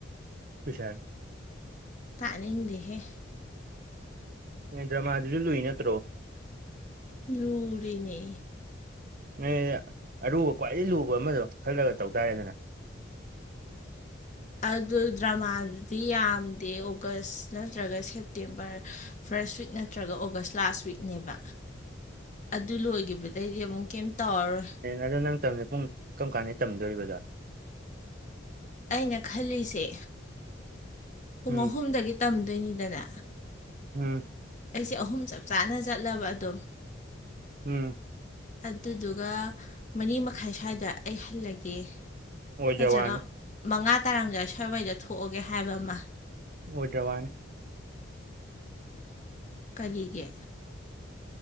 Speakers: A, on the right; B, on the left.
A: ꯄꯁꯔ
B: ꯇꯥꯛꯅꯤꯡꯗꯦꯍꯦ
A: ꯗ꯭ꯔꯃꯥꯗꯨꯁꯨ ꯂꯨꯏ ꯅꯠꯇ꯭ꯔꯣ
B: ꯂꯨꯨꯔꯤꯅꯤ
A: ꯅ ꯑꯔꯨꯕ ꯈ꯭ꯋꯥꯏꯗꯒꯤ ꯂꯨꯕ ꯑꯃꯗꯣ ꯈꯜꯂꯒ ꯇꯧ ꯇꯥꯔꯦꯗꯅ
B: ꯑꯗꯨ ꯗ꯭ꯔꯃꯥꯗꯨꯗꯤ ꯌꯥꯝꯗꯦ ꯑꯣꯒꯁ ꯅꯠꯇ꯭ꯔꯒ ꯁꯦꯞꯇꯦꯝꯕꯔ ꯐꯥꯔꯁ ꯋꯤꯛ ꯅꯠꯇ꯭ꯔꯒ ꯑꯣꯒꯁ ꯂꯥꯁ ꯋꯤꯛꯅꯦꯕ ꯑꯗꯨ ꯂꯣꯏꯈꯤꯕꯗꯩꯗꯤ ꯑꯃꯨꯛ ꯀꯩꯝ ꯇꯧꯔꯔꯣꯏ
A: ꯑꯗ ꯅꯪ ꯇꯝꯅꯤ ꯄꯨꯡ ꯀꯔꯝ ꯀꯥꯟꯗ ꯇꯝꯗꯣꯔꯤꯕꯗꯣ
B: ꯑꯩꯅ ꯈꯜꯂꯤꯁꯦ ꯄꯨꯡ
A: ꯎꯝ
B: ꯑꯍꯨꯝꯗꯒꯤ ꯇꯝꯗꯣꯏꯅꯤꯗꯅ
A: ꯎꯝ
B: ꯑꯩꯁꯦ ꯑꯍꯨꯝ ꯆꯞ ꯆꯥꯅ ꯆꯠꯂꯕ ꯑꯗꯨꯝ
A: ꯎꯝ
B: ꯑꯗꯨꯗꯨꯒ ꯃꯔꯤ ꯃꯈꯥꯏ ꯁ꯭ꯋꯥꯏꯗ ꯑꯩ ꯍꯜꯂꯒꯦ
A: ꯑꯣꯏꯗ꯭ꯔꯋꯥꯅꯤ
B: ꯅꯠꯇ꯭ꯔꯒ ꯃꯉꯥ ꯇꯥꯔꯝꯗꯥꯏ ꯁꯔꯋꯥꯏꯗ ꯊꯣꯛꯑꯒꯦ ꯍꯥꯏꯕ ꯑꯃ
A: ꯑꯣꯏꯗꯔ ꯋꯥꯅꯦ
B: ꯀꯔꯤꯒꯤ